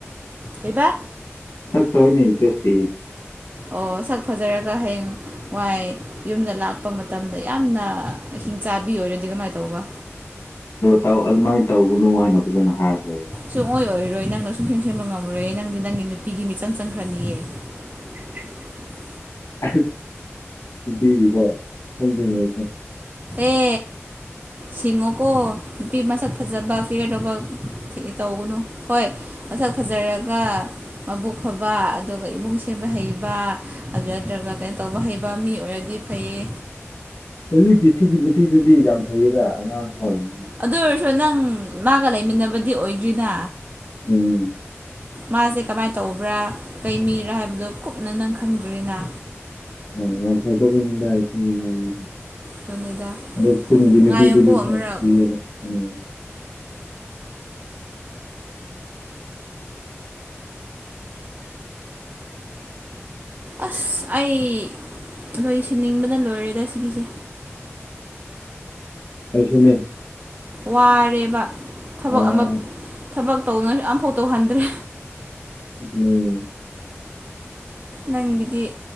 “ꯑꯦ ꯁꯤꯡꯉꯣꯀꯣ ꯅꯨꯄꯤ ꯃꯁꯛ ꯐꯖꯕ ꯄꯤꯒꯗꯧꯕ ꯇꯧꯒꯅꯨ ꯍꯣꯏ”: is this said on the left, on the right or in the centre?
Right